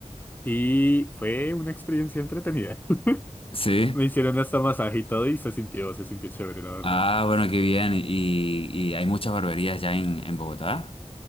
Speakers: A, on the left; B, on the left.
A: y fue una experiencia entretenida. <laughs>
B: ¿Sí?
A: Me hicieron hasta masaje y todo y se sintió, se sintió chévere, la verdad.
B: Ah, bueno, qué bien. ¿Y, y hay muchas barberías ya en, en Bogotá?